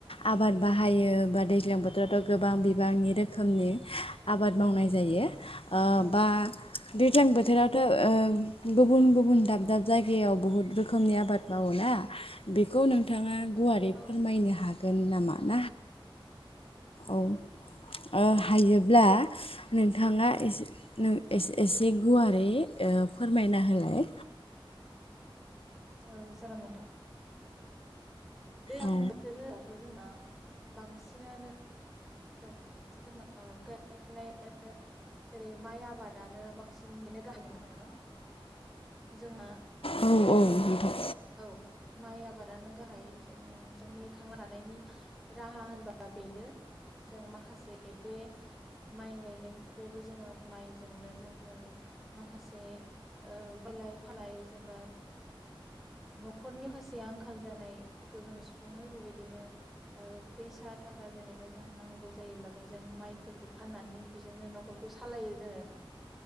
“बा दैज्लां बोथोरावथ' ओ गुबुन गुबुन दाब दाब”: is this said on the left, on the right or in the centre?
Left